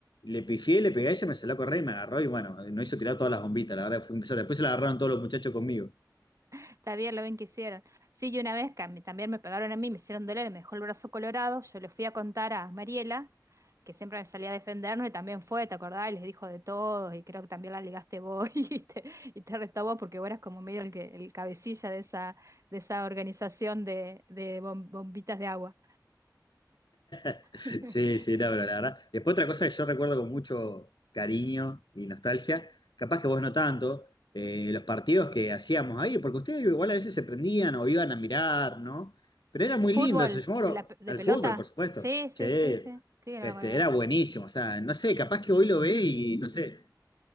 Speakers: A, on the left; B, on the right.
A: Le pifié, le pegué a ella, me salió a correr y me agarró y bueno, no hizo tirar todas las bombitas, la verdad fue un desastre. Después se la agarraron todos los muchachos conmigo.
B: Está bien lo bien que hicieron. Sí, y una vez que a mí también me pegaron a mí, me hicieron doler, me dejó el brazo colorado, yo le fui a contar a Mariela, que siempre me salía a defendernos, y también fue, ¿te acordás? Y les dijo de todo, y creo que también la ligaste vos <laughs> y te, y te retó vos, porque vos eras como medio el que, el cabecilla de esa, de esa organización de, de bom- bombitas de agua.
A: <laughs>
B: <laughs>
A: Sí, sí, no, pero la verdad. Después otra cosa que yo recuerdo con mucho cariño y nostalgia, capaz que vos no tanto, eh, los partidos que hacíamos ahí, porque ustedes igual a veces se prendían o iban a mirar, ¿no? Pero era
B: ¿De
A: muy
B: fútbol?
A: lindo eso, yo me
B: ¿De
A: acuerdo,
B: la pe- de
A: el
B: pelota?
A: fútbol, por supuesto.
B: Sí, sí,
A: Che,
B: sí, sí. Sí, que no
A: este,
B: me acuerdo.
A: era buenísimo, o sea, no sé, capaz que hoy lo ve y no sé,